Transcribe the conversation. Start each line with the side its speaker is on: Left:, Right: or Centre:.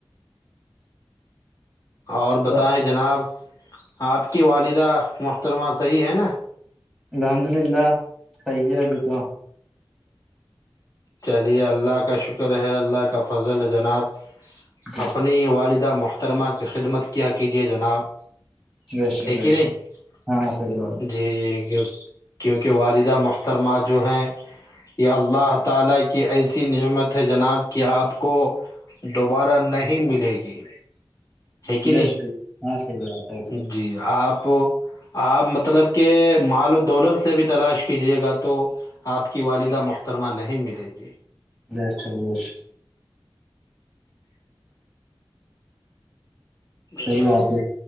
Left: اور
Centre: ہے
Left: بتائیں جناب آپ کی والدہ محترمہ صحیح ہے نا
Centre: الحمد للہ صحیح ہےب تو
Left: چلیے اللہ کا شکر ہے اللہ کا فضل ہے جناب
Centre: جی۔
Left: اپنی والدہ محترمہ کی خدمت کیا کیجئے جناب
Centre: بے شک
Left: ہے
Centre: بے
Left: کہ
Centre: شک
Left: نہیں
Centre: ہاں صحیح بات
Left: جی گ کیونکہ والدہ محترمہ جو ہیں یا اللہ تعالا کی ایسی نعمت ہے جناب کہ آپ کو دوبارہ نہیں ملے گی ہے کہ نہیں
Centre: بے شک ہاں سی بات ہے رہ
Left: جی آپ آپ مطلب کہ مال و دولت سے بھی تلاش کیجیے گا تو آپ کی والدہ محترمہ نہیں ملے گی
Centre: جیشر جیش <unintelligible>
Left: گھر
Centre: صحیح
Left: والی
Centre: بات ہے